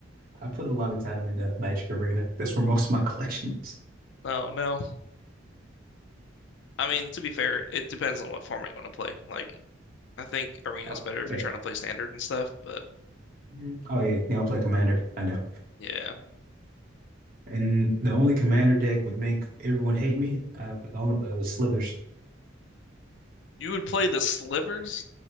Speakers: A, on the right; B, on the left.
A: I put a lot of time into Magic Arena. That's where most of my <laughs> collection is.
B: No, no. I mean, to be fair, it depends on what format you want to play. Like, I think Arena's
A: Oh,
B: better if
A: yeah.
B: you're trying to play standard and stuff, but
A: Mhm. Oh yeah, yeah, I play Commander. I know.
B: yeah.
A: And the only Commander deck would make everyone hate me. Uh, only, uh, was Slithers.
B: You would play the slivers?